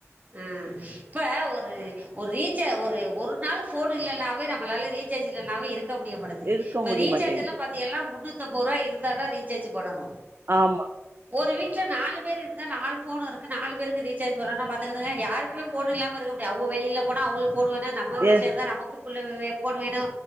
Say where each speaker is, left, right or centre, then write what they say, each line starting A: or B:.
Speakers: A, on the right (about 35°); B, on the right (about 50°).
A: அ இப்ப ஒரு ஒரு ரீசா ஒரு நாலு ஃபோன் இல்லன்னாவே நம்மளால ரீசார்ஜ் இல்லனாவே இருக் ல்லா முடியமாட்டேங்குது
B: இருக்க
A: இப்ப
B: முடிய
A: ரீசார்ஜெல்லா
B: மாட்டேங்குது
A: பத்தியெல்லா முன்னூத் முன்னூத்தம்பது ரூபா இருந்தாதா ரீசார்ஜ் பண்ணனு
B: ஆம்மா
A: ஒரு வீட்ல நாலு பேரு இருந்தா நாலு ஃபோன் இருக்கு நாலு பேருக்கு ரீசார்ஜ் பண்ணணு பாத்துக்கங்க யாருக்குமே ஃபோன் இல்லாம இருக்க முடியா அவுங்க வெளியில போனா அவுங்களுக் போடு வேணு நம்ம வீட்ல
B: எ
A: இருந்தா நமக்கு புள்ள வே ஃபோனு வேணு